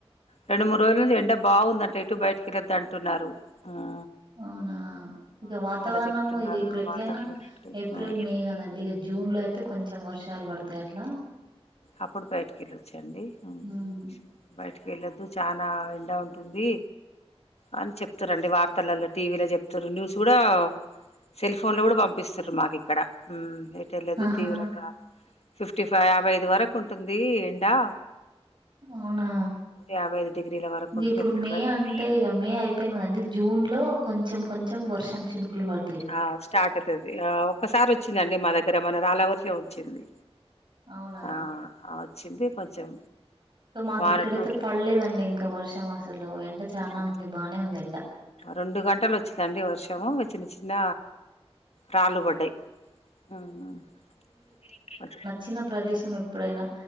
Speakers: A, on the left; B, on the right.
A: రెండు మూడు రోజుల నుంచి ఎండ బాగుందంట ఎటు బయటకెళ్ళొద్దు అంటున్నారు ఊ
B: అవునా ఇగ వాతావరణము
A: చెప్తున్నారు
B: ఇగ ఇప్పుడు
A: ఆ
B: ఎట్లయినా
A: వాతావరణం బట్టి
B: ఏప్రిల్
A: ఆ.
B: మే కదండి ఇగ జూన్ లో అయితే కొంచెం వర్షాలు పడతాయి అట్లా
A: అప్పుడు బయటకెళ్లొచ్చండి ఆ
B: ఉమ్.
A: బయటి వెళ్ళొద్దు చానా ఎండ ఉంటుంది అని చెప్తురండి వార్తలలో టీవీలో చెప్తుర్రు న్యూస్ కూడా సెల్ ఫోన్ లో కూడా పంపిస్తురు మాకు ఇక్కడ తెలేదు
B: ఆహా
A: తీవ్రంగా ఫిఫ్టీ ఫైవ్ యాభై ఐదు వరకు ఉంటుంది ఎండా
B: అవునా
A: యాభై ఐదు డిగ్రీల వరకుంటది
B: ఇంక ఇప్పుడు
A: ఎక్కడ
B: మే
A: బయటికీ
B: అంటే ఇక మే అయిపోయింది కదండి జూన్ లో కొంచెం కొంచెం వర్షం చినుకులు పడుత
A: ఆ స్టార్ట్ అయితది ఆ ఒక్కసారి వచ్చిందండి
B: ఉమ్.
A: మా దగ్గర మన రాల వర్షం వచ్చింది
B: అవునా
A: ఆ వచ్చింది కొంచెం
B: మాకిక్కడైతే
A: వాన టూ
B: పడ్లేదండి ఇంకా వర్షం అసలు ఎండ చానా
A: ఆ
B: ఉంది బానే ఉంది ఎండ
A: రెండు గంటలు వచ్చిందండి వర్షం చిన్న చిన్న రాళ్లు పడ్డయ్ అ
B: చిన్న ప్రదేశం ఎప్పుడైనా